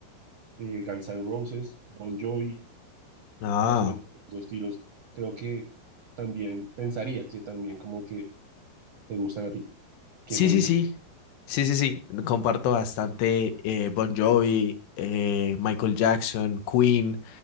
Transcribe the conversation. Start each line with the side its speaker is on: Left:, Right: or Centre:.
Right: eh, Guns N' Roses, Bon Jovi.
Left: Ah.
Right: más o menos los estilos, creo que también pensaría que también como que te gustan a ti, qué
Left: Sí,
Right: me
Left: sí,
Right: dices,
Left: sí. Sí, sí, sí. Comparto bastante eh, Bon Jovi, eh, Michael Jackson, Queen.